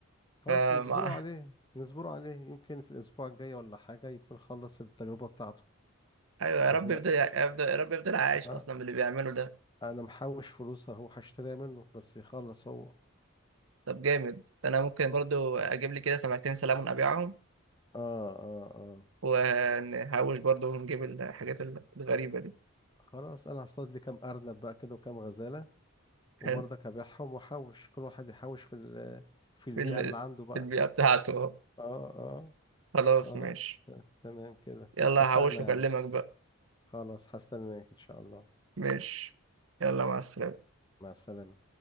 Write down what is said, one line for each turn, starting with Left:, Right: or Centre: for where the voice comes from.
Left: خلاص
Right: فما
Left: نصبره عليه
Right: <laughs>
Left: نصبره عليه يمكن في الأسبوع الجاي ولا حاجة يكون خلص التجربة بتاعته
Right: ايوه يا رب
Left: احنا
Right: يفضل يفضل يا رب يفضل عايش
Left: آه
Right: اصلا باللي بيعمله ده
Left: أنا محوش فلوس أهو هشتريها منه بس يخلص هو اه
Right: طب جامد انا ممكن برضو اجيب لي كده سمكتين سلمون ابيعهم
Left: اه اه
Right: ونحوش برضو ونجيب الحاجات الغريبه دي
Left: خلاص أنا هصطاد لي كام أرنب بقى كده وكام غزالة وبرضك
Right: حلو
Left: هبيعهم واحوش كل واحد يحوش في ال- في البيئة
Right: في ال-
Left: اللي عنده بقى
Right: في البيئه بتاعته أهو.
Left: اه اه
Right: خلاص
Left: خلاص
Right: ماشي
Left: ت- تمام كده
Right: يلا
Left: اتفقنا
Right: هحوش واكلمك
Left: يعني
Right: بقى
Left: خلاص هستناك ان شاء الله
Right: ماشي يلا مع السلامه
Left: مع السلامة